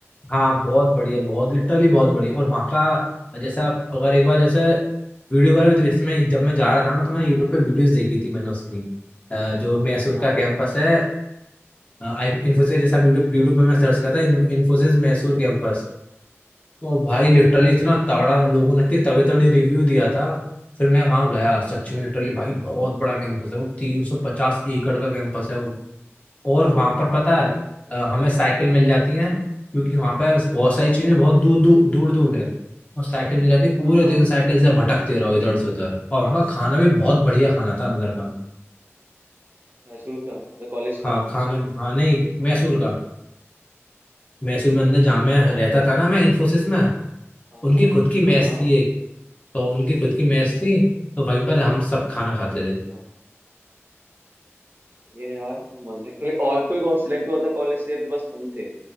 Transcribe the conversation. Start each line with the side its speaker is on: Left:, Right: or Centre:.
Left: हाँ बहुत बढ़िया बहुत लिटरली बहुत बढ़िया और वहाँ का जैसे आप अगर एक बार जैसे वीडियो वगैरह भी इसमें जब मैं जा रहा था ना तो मैंने यूट्यूब पे वीडियोस देखी थी मैंने उसकी अ, जो मैसूर
Right: हाँ हाँ
Left: का कैंपस है आई इन्फोसिस जैसे आप यूट्यूब यूट्यूब पे मैं सर्च करता इन्फोसिस मैसूर कैंपस तो भाई
Right: हम्म
Left: लिटरली
Right: हम्म, ठीक
Left: इतना
Right: है
Left: तगड़ा लोगों ने इतनी तगड़े तगड़े रिव्यू दिया था फिर मैं वहाँ गया सच में लिटरली भाई बहुत बड़ा कैंपस है वो तीन सौ पचास एकड़ का कैंपस है और वहां पर पता है
Right: अरे भाई
Left: अ, हमें साइकिल मिल जाती है
Right: हम्म
Left: क्योंकि वहां पर बहुत सारी
Right: हम्म
Left: चीजें बहुत दूर दूर दूर दूर है और साइकिल मिल जाती है पूरे
Right: हाँ हाँ
Left: दिन साइकिल से भटकते रहो इधर से उधर और वहाँ का खाना भी बहुत बढ़िया खाना था अंदर का
Right: मैसूर का मतलब कॉलेज
Left: हाँ
Right: का
Left: खाना हाँ नहीं मैसूर का मैसूर में अंदर
Right: ओके
Left: जहाँ मैं
Right: यार
Left: रहता था ना मैं इन्फोसिस में
Right: हाँ
Left: उनकी
Right: हाँ
Left: खुद की मेस
Right: हाँ हाँ
Left: थी एक तो उनकी खुद की मेस थी तो वहीं पर हम सब खाना
Right: अच्छा
Left: खाते
Right: अच्छा
Left: थे
Right: सही है यार तो मजे के लिए और कोई और सिलेक्ट हुआ था कॉलेज से या फिर बस तुम थे